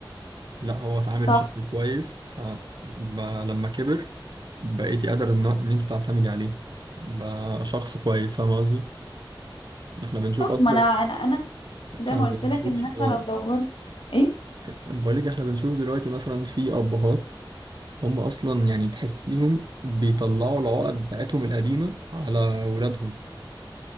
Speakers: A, on the right; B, on the left.
A: لا هو اتعامل
B: صح
A: بشكل كويس فلما كبر بقيتي قادر ان ان انت تعتمدي عليه بقى شخص كويس فاهمه قصدي احنا بنشوف
B: صح
A: اصلا
B: ما انا انا انا
A: احنا
B: زي ما قلت
A: بنشوف
B: لك ان احنا
A: آه،
B: لو دور ايه
A: بقول لك احنا بنشوف دلوقتي مثلا في ابهات هم اصلا يعني تحسيهم بيطلعوا العقد بتاعتهم القديمه على ولادهم